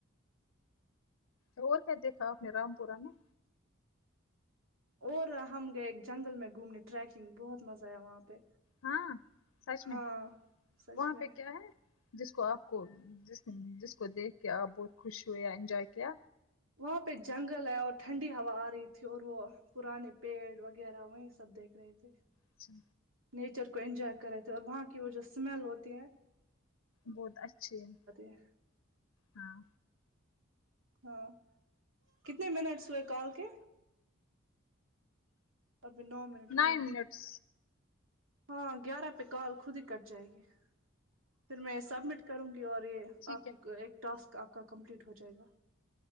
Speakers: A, on the left; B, on the right.
A: اور کیا دیکھا آپنے رام پورہ میں
B: اور ہم گئے جنگل میں گھومنے ٹریکنگ بہت مزہ آیا وہاں پہ
A: ہاں سچ
B: ہاں
A: میں
B: سچ
A: وہاں
B: میں
A: پہ کیا ہے جس کو آپ کو جس جس کو دیکھ کے آپ بہت خوش ہوئے یا انجوائے کیا
B: وہاں پہ جنگل ہے اور ٹھنڈی ہوا آ رہی تھی اور وہ پرانے پیڑ وغیرہ وہیں سب دیکھ رہے تھے
A: اچھا
B: نیچر کو انجوائے کر رہے تھے اور وہاں کی وہ جو اسمیل ہوتی ہیں
A: بہت اچھے ہیں
B: ہے
A: ہاں
B: ہاں کتنے منٹس ہوئے کال کے ابھی نو منٹ
A: نائن
B: ہوئے
A: منٹس
B: ہاں گیارہ پے کال خود ہی کٹ جائے گی پھر میں سبمٹ کروں گی اور یہ
A: ٹھیک
B: آپ کی
A: ہے
B: ایک ٹاسک آپ کا کمپلیٹ ہو جائے گا